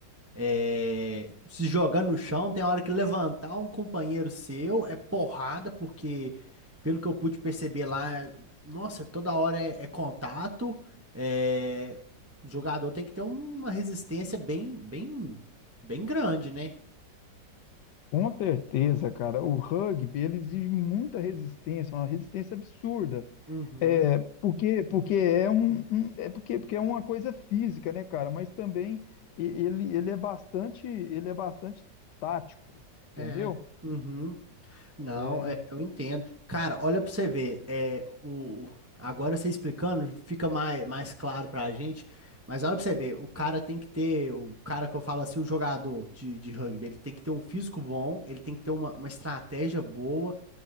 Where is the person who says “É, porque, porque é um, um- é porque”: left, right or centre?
Left